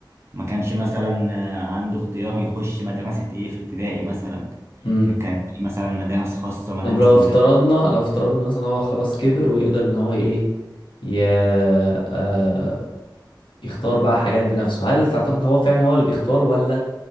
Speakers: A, on the right; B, on the left.
A: ما كانش مثلا آه، عنده اختيار يخش مدرسة إيه في ابتدائي مثلا
B: امم
A: كان في مثلا مدارس خاصة مدارس
B: طب لو افترضنا
A: لغات
B: لو افترضنا مثلا هو خلاص كبر ويقدر ان هو ايه ي... آه يختار بقى حاجات بنفسه هل تعتقد هو فعلا هو اللي بيختار ولا